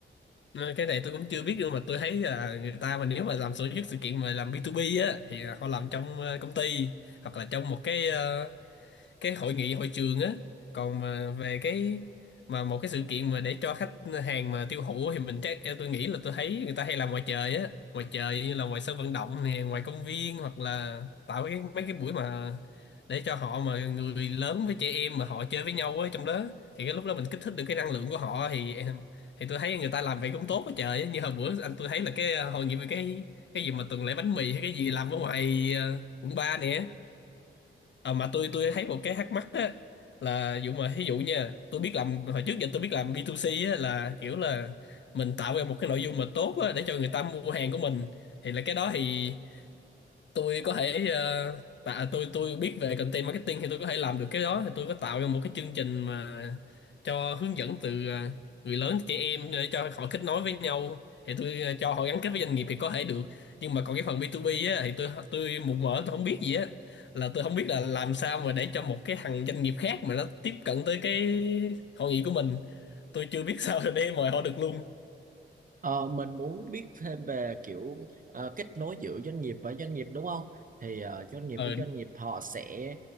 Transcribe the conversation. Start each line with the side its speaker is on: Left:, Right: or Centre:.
Left: Ừ, cái này tôi cũng chưa biết nhưng mà tôi thấy là người ta mà nếu mà làm tổ chức sự kiện mà làm B2B á thì họ làm trong ờ, công ty hoặc là trong một cái ờ, cái hội nghị hội trường á còn mà về cái mà một cái sự kiện mà để cho khách hàng mà tiêu thụ thì mình chắc em tôi nghĩ là tôi thấy người ta hay làm ngoài trời á ngoài trời như là ngoài sân vận động nè ngoài công viên hoặc là tạo cái mấy cái buổi mà để cho họ mà người lớn với trẻ em mà họ chơi với nhau á trong đó thì cái lúc đó mình kích thích được cái năng lượng của họ thì em thì tôi thấy người ta làm vậy cũng tốt quá trời á như hồi bữa anh tôi thấy là cái à, hội nghị về cái cái gì mà tuần lễ bánh mì hay cái gì làm ở ngoài ờ, quận ba nè à, mà tôi tôi thấy một cái thắc mắc á là dụ mà ví dụ nha tôi biết làm hồi trước giờ tôi biết làm B2C á, là kiểu là mình tạo ra một cái nội dung mà tốt á, để cho người ta mua hàng của mình thì là cái đó thì tôi có thể ờ, tạ tôi tôi biết về content marketing thì tôi có thể làm được cái đó thì tôi có tạo ra một cái chương trình mà cho hướng dẫn từ ờ, người lớn tới trẻ em để cho họ kết nối với nhau thì tôi ờ, cho họ gắn kết với doanh nghiệp thì có thể được nhưng mà còn cái phần B2B á thì tôi tôi mù mờ tôi không biết gì á là tôi không biết là làm sao mà để cho một cái thằng doanh nghiệp khác mà nó tiếp cận tới cái hội nghị của mình tôi chưa biết <laughs> sao để mời họ được luôn
Right: Ờ, mình muốn biết thêm về kiểu ờ, kết nối giữa doanh nghiệp và doanh nghiệp đúng không? Thì ờ, doanh nghiệp
Left: ờ
Right: với doanh nghiệp họ sẽ